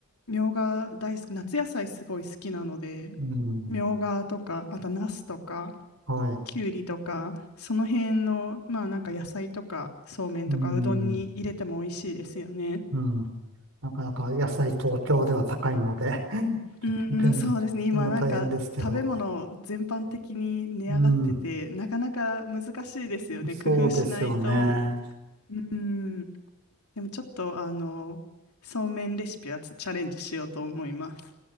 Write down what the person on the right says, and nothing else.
うん。
はい。
うん。
うん。なかなか野菜東京では高いので <laughs>
で、
でも大変ですけど。
うん。
そうですよね。